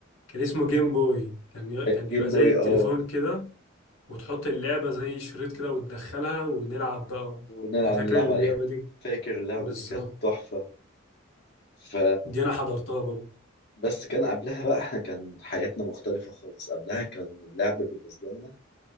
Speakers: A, on the left (about 80°); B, on the left (about 50°).
A: كان اسمه جيم بوي كان ي-
B: الجيم
A: كان بيبقى زي
B: بوي
A: التليفون
B: اه
A: كده وتحط اللعبة زي شريط كده وتدخلها ونلعب بقى
B: ونلعب
A: أنا فاكر
B: نلعب
A: اللعبة
B: عليها
A: دي
B: فاكر اللعبة
A: بالظبط
B: دي كانت تحفة ف
A: دي أنا حضرتها برضه
B: بس كان قبلها بقى احنا كان حياتنا مختلفة خالص قبلها كان اللعب بالنسبة لنا